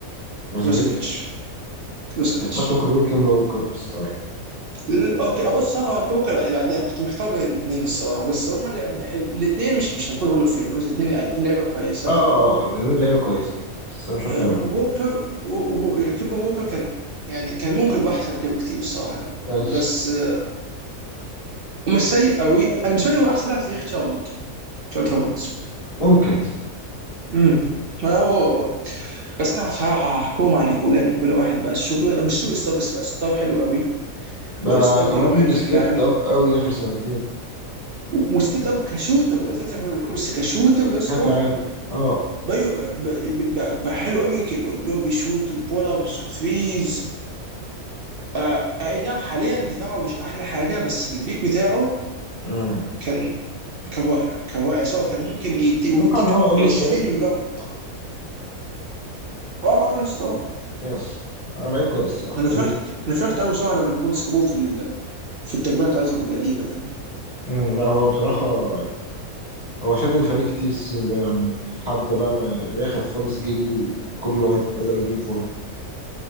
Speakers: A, on the left (about 30°); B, on the right (about 50°).
A: بس
B: بروزوفيتش بروزوفيتش
A: فكرت ممكن تقول كيمبا ووكر بس آه.
B: ل- اوكي ابص صح هو ممكن يبقى بعدين انا كنت محتار بين الاثنين الصراحه بس هم الاثنين مش مش هيكونوا هول اوف فيمرز الاثنين الاثنين لعيبه كويسه
A: اه اه آه، لأن اللعيبه كويسه بس مش اكتر
B: آه
A: من كده
B: ووكر و- و- كيمبا ووكر كان يعني كان ممكن يبقى احسن من كده بكتير الصراحه
A: بس
B: بس آه ومش سيء قوي انا بالنسبه لي هو احسن لاعب في تاريخ شارلوت شارلوت هولمز
A: ممكن
B: امم هو هو هو بس انا هخ- هخ- هحكوهم عن نيكولا نيكولا واحد بقى السوبر مش سوبر ستار بس بقى ستار حلو قوي
A: بقى
B: اول ستار بيج
A: كمان
B: مان بشكل
A: ستيب
B: عام
A: اب قوي اخر سنتين
B: وستيد اب كشوتر وادفنتشر بس كشوتر يا اسطى
A: بشكل عام اه
B: بقى, بقى, بقى, بقى حلو قوي كده، اللي هو بيشوت وبول ابس وثريز آه اي نعم حاليا دفاعه مش احلى حاجه بس في البيك بتاعه
A: امم
B: كان كان رائع كان رائع سواء كان ممكن يدي ويديك
A: اتوقع ان هو اول
B: 20
A: ستار
B: ريباوند
A: آه،
B: اه اه يا اسطى آه.
A: يس هو لعيب كويس صراحه
B: انا
A: جميل
B: فرحت انا فرحت قوي صراحه لما البولز جابوه في ال- في التجميع بتاعتهم القديمه دي
A: أمم، لا هو بصراحه يعني هو شال الفريق كتير السيزون ده يعني لحد بقى ما في الاخر خالص جدي وكوبي وايت بداوا يجيبوا فورمه